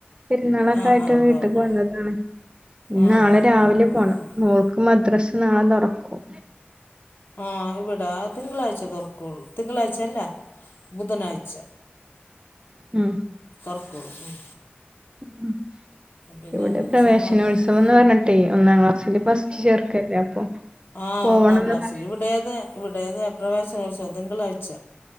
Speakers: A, on the right (about 25°); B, on the left (about 60°).
A: പെരുന്നാളൊക്കെയിട്ട്
B: ആ ആ
A: ഇട്ട്
B: ഉവ്വ്
A: വീട്ടിക്ക്
B: ഉവ്വ്
A: വന്നതാണ്.
B: ആ
A: നാളെ
B: ആ
A: രാവിലെ
B: ആ ആ
A: പോണം
B: ആ
A: മോൾക്ക് മദ്രസ് നാളെ തുറക്കും.
B: ആഹ് ഇവിട തിങ്കളാഴ്ച തുറക്കുള്ളൂ തിങ്കളാഴ്ചല്ല ബുധനാഴ്ച.
A: ഉം
B: തൊറക്കല്ലു
A: ഉം
B: പിന്നെ
A: ഇവിടെ
B: അതൊരു
A: പ്രവേശനോത്സവം
B: സമാധാനം
A: ന്ന് പറഞ്ഞിട്ടെ ഒന്നാം ക്ലാസ്സില് ഫസ്റ്റ് ചേർക്കല്ലേ അപ്പൊ
B: ആഹ
A: പോവണംന്ന്
B: ഒന്നാം ക്ലാസ്സിൽ
A: പറ
B: ഇവിടേതെ ഇവിടെതെ പ്രവേശനോത്സ വം തിങ്കളാഴ്ച.